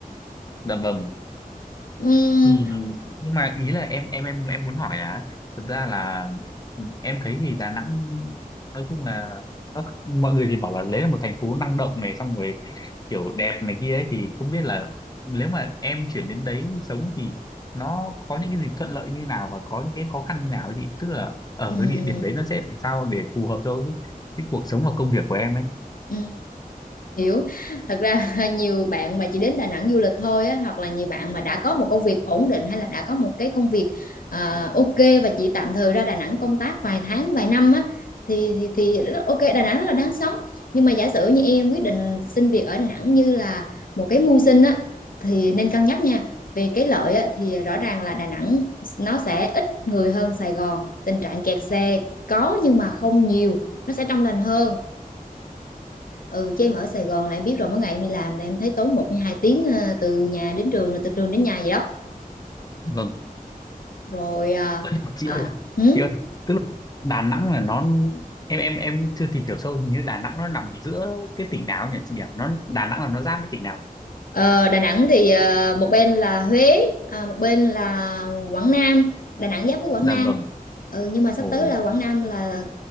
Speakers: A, on the left; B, on the left.
A: dạ vâng.
B: Ừm,
A: thì nhưng mà ý là em em em em muốn hỏi là thực ra là ừ, em thấy thì Đà Nẵng nói chung là nó mọi người thì bảo là đấy là một thành phố năng động này xong rồi kiểu đẹp này kia ấy, thì không biết là nếu mà em chuyển đến đấy sống thì nó có những cái gì thuận lợi như nào và có những cái khó khăn như nào ấy chị tức là ở
B: ừm,
A: cái địa điểm đấy nó sẽ làm sao để phù hợp cho cái, cái cuộc sống và công việc của em ấy
B: ừm. hiểu thật ra <laughs> nhiều bạn mà chỉ đến Đà Nẵng du lịch thôi á, hoặc là nhiều bạn mà đã có một công việc ổn định hay là đã có một cái công việc ờ, ok và chỉ tạm thời ra Đà Nẵng công tác vài tháng vài năm á thì, thì thì rất- ok Đà Nẵng rất là đáng sống nhưng mà giả sử như em quyết định xin việc ở Đà Nẵng như là một cái mưu sinh á thì nên cân nhắc nha về cái lợi á, thì rõ ràng là Đà Nẵng nó sẽ ít người hơn Sài Gòn tình trạng kẹt xe có nhưng mà không nhiều nó sẽ trong lành hơn ừ chứ em ở Sài Gòn là em biết rồi mỗi ngày em đi làm là em thấy tốn một hay hai tiếng à, từ nhà đến trường là từ trường đến nhà vậy đó
A: vâng
B: rồi à,
A: tức là- chị
B: à,
A: ơi
B: hử?
A: chị ơi tức là Đà Nẵng là nó em em em chưa tìm hiểu sâu hình như Đà Nẵng nó nằm giữa cái tỉnh nào nhỉ chị ạ nó Đà Nẵng là nó giáp với tỉnh nào
B: Ờ, Đà Nẵng thì à, một bên là Huế à, một bên là Quảng Nam Đà Nẵng giáp với Quảng
A: dạ
B: Nam
A: vâng
B: ừ nhưng mà sắp
A: ồ
B: tới là Quảng Nam là